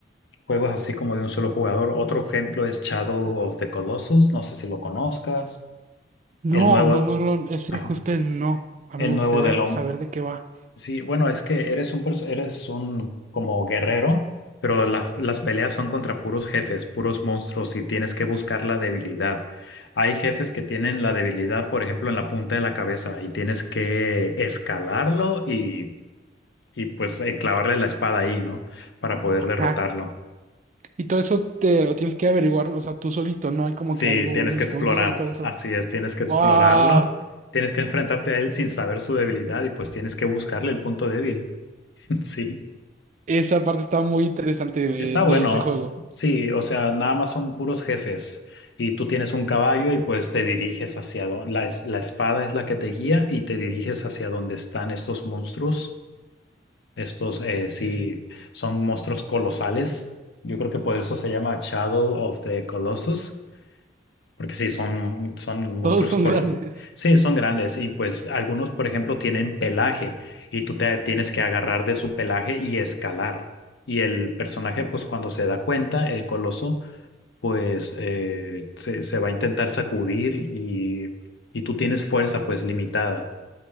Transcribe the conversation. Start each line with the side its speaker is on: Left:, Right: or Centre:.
Left: juegos así como de un solo jugador. Otro ejemplo es Shadow of the Colossus. No sé si lo conozcas. El
Right: No,
Left: nuevo,
Right: no, no, no. Ese
Left: ajá,
Right: justo no. A
Left: el
Right: mí me
Left: nuevo
Right: gustaría
Left: del hombre.
Right: saber de qué va.
Left: Sí, bueno, es que eres un perso- eres un como guerrero, pero la- las peleas son contra puros jefes, puros monstruos y tienes que buscar la debilidad. Hay jefes que tienen la debilidad, por ejemplo, en la punta de la cabeza y tienes que escalarlo y, y pues eh, clavarle la espada ahí, ¿no? Para poder derrotarlo.
Right: Ah, y todo eso te lo tienes que averiguar, o sea, tú solito, ¿no? Hay como
Left: Sí,
Right: que algo,
Left: tienes
Right: una
Left: que
Right: historia
Left: explorar,
Right: y todo eso.
Left: así es, tienes que
Right: ¡Wow!
Left: explorarlo, tienes que enfrentarte a él sin saber su debilidad y pues tienes que buscarle el punto débil. <laughs> Sí.
Right: Esa parte está muy interesante de,
Left: Está bueno,
Right: de ese juego.
Left: sí, o sea, nada más son puros jefes y tú tienes un caballo y pues te diriges hacia donde, la, es- la espada es la que te guía y te diriges hacia donde están estos monstruos, estos eh, sí,
Right: Sí, sí.
Left: son monstruos colosales, yo creo que por eso se llama Shadow of the Colossus. Porque sí, son, son monstruos
Right: Todos son
Left: colón.
Right: grandes.
Left: Sí, son grandes y pues algunos, por ejemplo, tienen pelaje y tú te tienes que agarrar de su pelaje y escalar. Y el personaje, pues cuando se da cuenta, el coloso, pues eh, se, se va a intentar sacudir y, y tú tienes fuerza pues limitada.